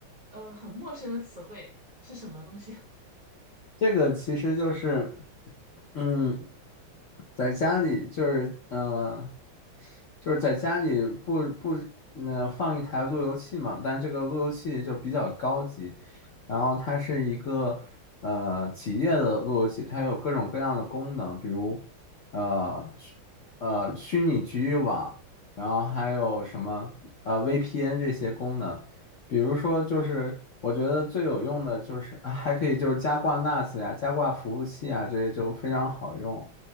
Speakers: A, on the right; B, on the left.
A: 呃很陌生的词汇是什么东西？
B: 这个其实就是，嗯，在家里就是呃，就是在家里不不呃放一台路由器嘛，但这个路由器就比较高级，然后它是一个呃企业的路由器，它有各种各样的功能，比如呃虚呃虚拟局域网，然后还有什么呃 VPN 这些功能。比如说，就是我觉得最有用的就是啊还可以就是加挂 NAS 呀、加挂服务器啊，这些就非常好用。